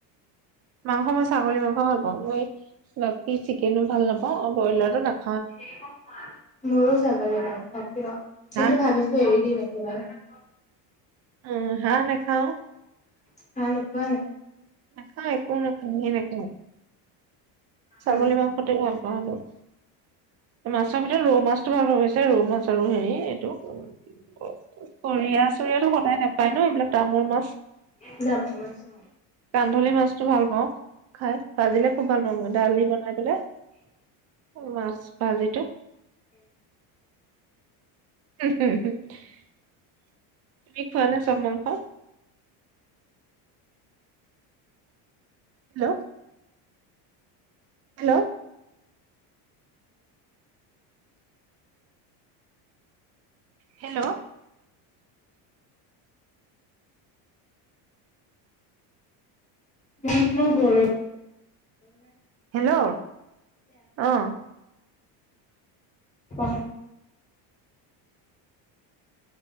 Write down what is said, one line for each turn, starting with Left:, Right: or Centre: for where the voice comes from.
Right: মাংস, মই ছাগলী মাংস ভাল পাওঁ। মই বাকী চিকেনো ভাল নাপাওঁ আৰু বইলাৰ নাখ
Left: <inaudible> মোৰো ছাগলী মাংস প্ৰিয়।
Right: হাঁহ
Left: কিন্তু ভাবিছো এৰি দিম একেবাৰে।
Right: অঁ, হাঁহ নেখাওঁ।
Left: <unintelligible>
Right: নেখায়, একো নাখাওঁ হি নাখাওঁ ছাগলী
Left: উম
Right: মাংসতে ভাল পাওঁ অলপ, মাছৰ এ ৰৌ মাছটো <unintelligible> ৰৌ মাছ আৰু হেৰি, এইটো সৰিয়া চৰিয়াতটো সদায় নাপায় ন, এইবিলাক টাও ম- মছ
Left: <unintelligible> মাছ, অ'।
Right: কান্ধলি মাছটো ভাল পাওঁ খাই, ভাজিলে খুব ভাল পাওঁ মই, দালি বনাই পেলাই মাছ ভাজিটো <inaudible> তুমি খোৱানে চব মাংস? হেল্ল' হেল্ল' হেল্ল'
Left: <unintelligible> মই গৰু
Right: হেল্ল', অ'।
Left: <inaudible>